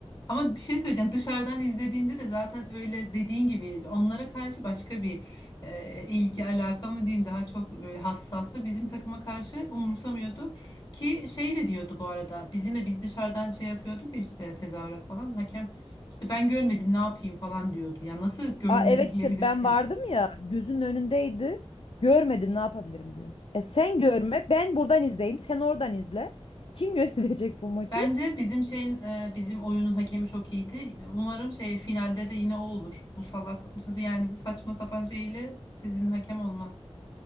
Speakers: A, on the left (about 40°); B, on the left (about 60°).
A: Ama bir şey söyleyeceğim. Dışarıdan izlediğinde de zaten öyle dediğin gibi onlara karşı başka bir e, ilgi alaka mı diyeyim daha çok böyle hassastı. Bizim takıma karşı umursamıyordu ki şey de diyordu bu arada. Bizimle biz dışarıdan şey yapıyorduk ya işte tezahürat falan. Hakem işte ben görmedim ne yapayım falan diyordu. Ya nasıl görmedim
B: Aa, evet
A: diyebilirsin.
B: işte ben vardım ya gözünün önündeydi. Görmedim ne yapabilirim diyor. E sen görme ben buradan izleyeyim sen oradan izle. Kim <laughs> yönetecek bu maçı?
A: Bence bizim şeyin e, bizim oyunun hakemi çok iyiydi. Umarım şey finalde de yine o olur. Bu salak yani bu saçma sapan şeyle sizin hakem olmaz.